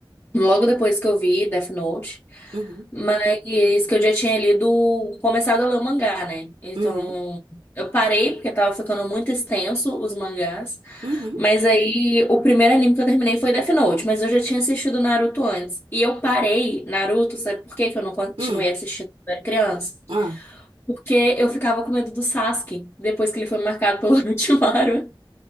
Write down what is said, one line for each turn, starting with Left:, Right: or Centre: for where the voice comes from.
Left: logo depois que eu vi Death Note,
Right: uhum,
Left: mas que eu já tinha lido, começado a ler o mangá, né? Então,
Right: uhum,
Left: eu parei porque tava ficando muito extenso os mangás,
Right: uhum,
Left: mas aí o primeiro anime que eu terminei foi Death Note, mas eu já tinha assistido Naruto antes. E eu parei Naruto, sabe por que que eu não continuei
Right: uhum.
Left: assistindo quando eu era criança?
Right: Ah.
Left: Porque eu ficava com medo do Sasuke, depois que ele foi marcado pelo <laughs> Orochimaru.